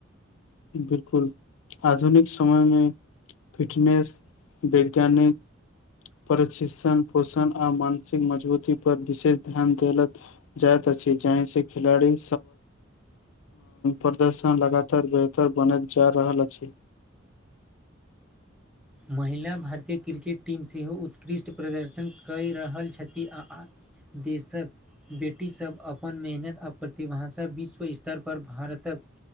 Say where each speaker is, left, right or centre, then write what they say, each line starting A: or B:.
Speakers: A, on the left (about 85°); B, in the centre.
A: बिलकुल आधुनिक समय मे फिटनेस वैज्ञानिक प्रशिक्षण पोषण आर मानसिक मजबूती पर विशेष ध्यान देलत जाइत अछि जाहि से खेलड़ी प्रदर्शन लगातार तार बनल जा रहल अछि
B: महिला भारतीय क्रिकेट टीम सेहो उत्कृष्ट प्रदर्शन कऽ रहल छथि आ देसक बेटी सब अपन मेहनत आ प्रतिभाषा विश्व स्तरपर भारतक